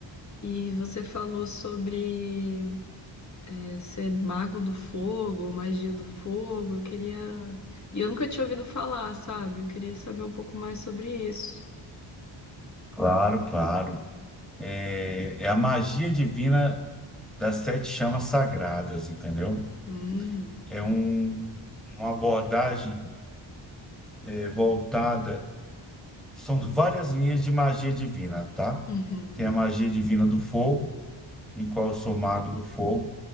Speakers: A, on the left; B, in the centre.
A: E você falou sobre eh, ser mago do fogo, ou magia do fogo. Eu queria. E eu nunca tinha ouvido falar, sabe? Eu queria saber um pouco mais sobre isso.
B: Claro, claro. É, é a magia divina das sete chamas sagradas, entendeu?
A: Hum.
B: É um, uma abordagem é, voltada. São várias linhas de magia divina, tá?
A: Uhum.
B: Tem a magia divina do fogo, em qual eu sou mago do fogo.